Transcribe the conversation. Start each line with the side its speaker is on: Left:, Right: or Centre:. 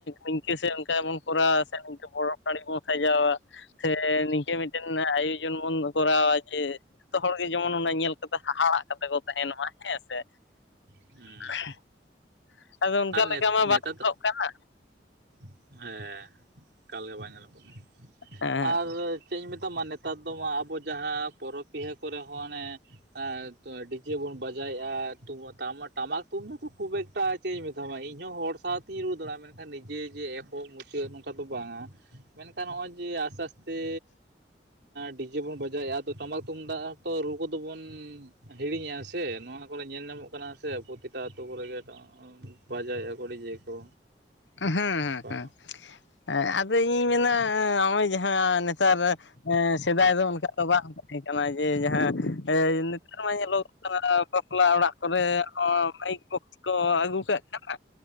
Left: ᱱᱤᱝᱠᱟᱹ ᱥᱮ ᱚᱱᱠᱟ ᱵᱚᱱ ᱠᱚᱨᱟᱣᱟ ᱥᱮ ᱱᱤᱝᱠᱟᱹ ᱵᱚᱨᱚ ᱱᱟᱲᱤ ᱵᱚᱱ ᱥᱟᱡᱟᱣᱟ, ᱥᱮ ᱱᱤᱝᱠᱟᱹ ᱢᱤᱫᱴᱮᱱ ᱟᱭᱳᱡᱚᱱ ᱵᱚᱱ ᱠᱚᱨᱟᱣᱟ ᱡᱮ ᱡᱷᱚᱛᱚ ᱦᱚᱲᱜᱮ ᱡᱮᱢᱚᱱ ᱚᱱᱟ ᱧᱮᱞ ᱠᱟᱛᱮ ᱦᱟᱦᱟᱲᱟᱜ ᱠᱟᱛᱮ ᱠᱚ ᱛᱟᱦᱮᱸᱱ ᱢᱟ ᱦᱮᱸᱥᱮ᱾
Right: ᱦᱩᱸ
Left: <inaudible> ᱟᱫᱚ ᱚᱱᱠᱟ
Right: ᱟᱨ ᱱᱮᱛ
Left: ᱞᱮᱠᱟ ᱢᱟ
Right: ᱱᱮᱛᱟᱨ
Left: ᱵᱟᱝ ᱜᱟᱱᱚᱜ
Right: ᱫᱚ
Left: ᱠᱟᱱᱟ᱾
Right: ᱦᱮᱸ ᱮᱠᱟᱞᱜᱮ ᱵᱟᱭ ᱧᱮᱞᱚᱜ ᱠᱟᱱᱟ᱾
Left: ᱦᱮᱸ
Right: ᱟᱨ ᱪᱮᱫ ᱤᱧ ᱢᱮᱛᱟᱢᱟ ᱱᱮᱛᱟᱨ ᱫᱚ ᱢᱟ ᱟᱵᱚ ᱡᱟᱦᱟᱸ ᱯᱚᱨᱚᱵᱽ ᱯᱤᱦᱟᱹ ᱠᱚᱨᱮ ᱦᱚᱸ ᱚᱱᱮ ᱮ ᱰᱤᱡᱮ ᱵᱚᱱ ᱵᱟᱡᱟᱭᱮᱫᱼᱟ ᱛᱚᱵᱮ ᱴᱟᱢᱟᱠ ᱛᱩᱵᱩ ᱛᱚ ᱠᱷᱩᱵ ᱮᱠᱴᱟ ᱪᱮᱫ ᱤᱧ ᱢᱮᱛᱟᱢᱟ ᱤᱧᱦᱚᱸ ᱦᱚᱲ ᱥᱟᱶᱛᱮᱧ ᱨᱩ ᱫᱟᱲᱮᱭᱟᱜᱼᱟ ᱢᱮᱱᱠᱷᱟᱱ ᱱᱤᱡᱮ ᱡᱮ ᱮᱠ ᱠᱚ ᱢᱩᱪᱟᱹᱫ ᱱᱚᱝᱠᱟ ᱫᱚ ᱵᱟᱝᱟ ᱢᱮᱱᱠᱷᱟᱱ ᱱᱚᱜᱼᱚᱭ ᱡᱮ ᱟᱥᱛᱮ ᱟᱥᱛᱮ ᱰᱤᱡᱮ ᱵᱚᱱ ᱵᱟᱡᱟᱣᱮᱫᱼᱟ, ᱟᱫᱚ ᱴᱟᱢᱟᱠ ᱛᱩᱢᱫᱟᱜ ᱛᱚ ᱨᱩ ᱠᱚᱫᱚ ᱵᱚᱱ ᱦᱤᱲᱤᱧᱮᱫᱼᱟ ᱥᱮ? ᱱᱚᱣᱟ ᱠᱚᱚᱨᱮ ᱧᱮᱞ ᱧᱟᱢᱚᱜ ᱠᱟᱱᱟ ᱥᱮ ᱟᱯᱚᱛᱤᱛᱟ ᱟᱹᱛᱩᱳ ᱠᱚᱨᱮᱜᱮ ᱵᱟᱸᱡᱟᱭᱮᱫᱼᱟᱠᱚ ᱰᱤᱡᱮ ᱠᱚ᱾
Left: ᱮᱸ ᱦᱮᱸ
Right: ᱠᱚ
Left: ᱦᱮᱸ᱾ ᱮᱸ ᱟᱫᱚ ᱤᱧᱤᱧ ᱢᱮᱱᱟ ᱱᱚᱜᱼᱚᱭ ᱡᱟᱦᱟᱸ ᱱᱮᱛᱟᱨ ᱥᱮᱫᱟᱭ ᱫᱚ ᱚᱱᱠᱟ ᱫᱚ ᱵᱟᱝ ᱛᱟᱦᱮᱸ ᱠᱟᱱᱟ ᱡᱮ ᱡᱟᱦᱟᱸ ᱱᱮᱛᱟᱨ ᱢᱟ ᱧᱮᱞᱚᱜ ᱠᱟᱱᱟ ᱵᱟᱯᱞᱟ ᱚᱲᱟᱜ ᱠᱚᱨᱮ ᱚ ᱢᱟᱭᱤᱠ ᱵᱚᱠᱥ ᱠᱚ ᱟᱹᱜᱩ ᱠᱟᱜ ᱠᱟᱱᱟ